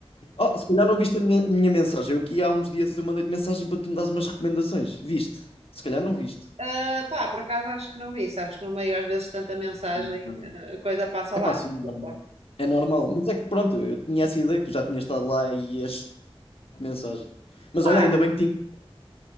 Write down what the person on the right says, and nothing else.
Ah, pá, por acaso acho que não vi, sabes que no meio às vezes tanta mensagem,
a coisa passa ao
lado,
desculpa.
Pá,